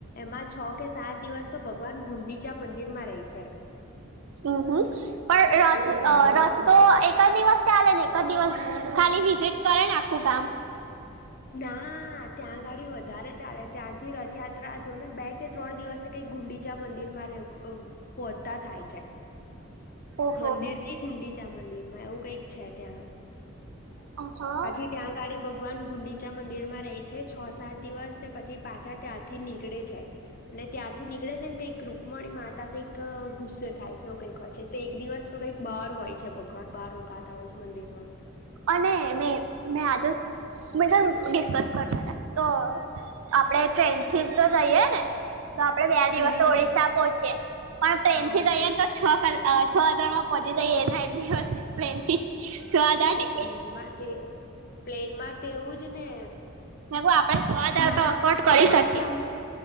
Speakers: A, on the left; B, on the right.
A: એમાં છ કે સાત દિવસ તો ભગવાન ગુંડીચા મંદિરમાં રહી છે.
B: અમ હહ પણ રથ અ રથ તો એક જ દિવસ ચાલે ને એક જ દિવસ ખાલી વિઝિટ કરે ને આખું ગામ?
A: ના ત્યાં ઘડી વધારે ચાલે ત્યાંથી રથયાત્રા જો ને બે કે ત્રણ દિવસે કઈ ગુંડીચા મંદિરમાં રેવું અ પોચતા થાય છે.
B: ઓહો
A: મંદિરથી ગુંડીચા મંદિરમાં એવું કંઈક છે ત્યાં.
B: અહ
A: પછી ત્યાં ગાડી ભગવાન ગુંડી ચા મંદિરમાં રહી છે છ સાત દિવસ ને પછી પાછા ત્યાંથી નીકળે છે. અને ત્યાંથી નીકળે છે ને કંઈક રુકમણી માતા કંઈક ગુસ્સે થાય છે એવું કઈક હોય છે. તો એક દિવસ તો કઈક બર હોય છે. ભગવાન બહાર રોકાતા હોય છે મંદિરમાં.
B: અને મેં મેં આજ જ મેં જબ ડિસ્કસ કરતા તા તો આપડે ટ્રેનથી જ તો જઈએ ને? તો આપડે બે
A: પૂરી
B: દિવસ ઓડીસા
A: જવાય
B: પહોંચીએ. પણ પ્લેનથી
A: હા
B: જઈએ ને તો છ કલ અ છ હજારમાં પહોચી જઇએ ને એક દિવસ પ્લેનથી છ હજાર ટિક
A: પ્લેનમાંથી પ્લેનમાં તે એવું જ ને.
B: મેંકુ આપડે છ
A: મારા
B: હજાર તો અફવર્ડ કરી
A: આસામમાં
B: શકીએ.